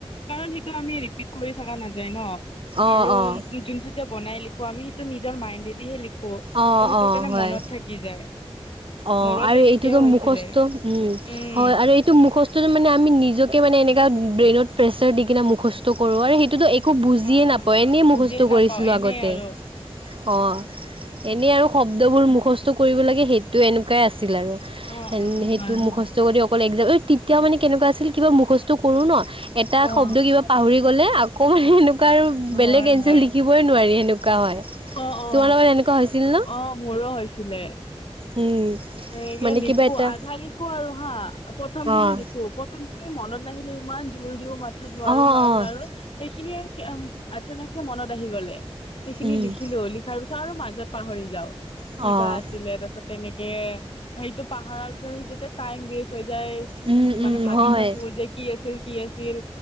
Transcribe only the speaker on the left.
কাৰণ সেইটো আমি কৰি থকা নাযায় ন
আৰু
যোনটো যে বনাই লিখো আমি সেইটো নিজৰ মাইণ্ডেদিহে লিখো ত
সেইটোৰ
কাৰণে
মনত থাকি যায়।
মোৰো
তেনেকেই
হৈছিলে
উম
অ অ
বুজিয়ে নাপাও
এনেই
আৰু
অ
অ হয় হয়
অ
হয়
হয়
অ অ
অ মোৰো হৈছিলে।
তেনেকে
লিখো
আধা লিখো আৰু হা প্ৰথম খিনি
লিখো প্ৰ প্ৰথমখিনি মনত নাহিলে ইমান জোৰ দিও মাথাত নোৱাৰো
নোৱাৰো নোৱাৰো সেইখিনি আৰু উম আচানকচে মনত আহি গ'লে সেইখিনি
লিখিলো লি তাৰপিছত আৰু মাজত পাহৰি যাও
কিবা আছিলে তাৰপিছত তেনেকে কে সেইটো পাহৰাৰ পিছত সেইটোতে টাইম ৱেষ্ট হৈ যায়
মানে ভাবি
থাকো যে কি আছিল কি আছিল